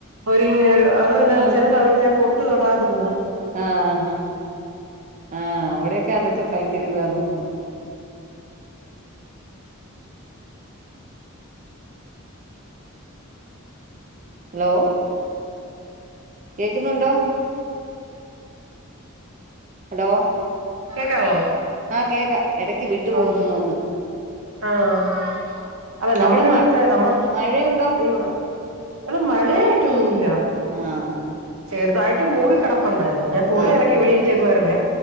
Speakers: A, on the right (about 80°); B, on the right (about 35°).
A: ഒരുങ്ങിവെരു അതുല്ല
B: ആ
A: ചില സമയ ഞാ പൊ ട്ട് തൊടാതെപോകും
B: ആഹ് അ ആഹ് അവിടെക്കെ അതൊക്കെ ഭയങ്കര ഇതാ തോന്നുന്നു ഹലോ കേക്കുന്നുണ്ടോ ഹലോ
A: കേക്കാവോ
B: ആഹ് കേക്കാം ഇടക്ക് വിട്ടു പോകുന്നു
A: ഓഹ്
B: തോന്നുന്നു
A: ആഹ് അതായത്
B: അവിടെ
A: നമ്മടെ
B: മ
A: ഇവിടുത്തെ നമ്മ
B: മഴയുണ്ടോ
A: ഇ ല്ല മഴയായിട്ടൊന്നു ഇല്ല
B: ആഹ് ആഹ്
A: ചെറുതായിട്ട് മൂടികെടപ്പുണ്ടായിരുന്നു ഞാൻ തുണി
B: ആ
A: അലക്കി വെളി ഇട്ടേക്കു വാര്ന്നേ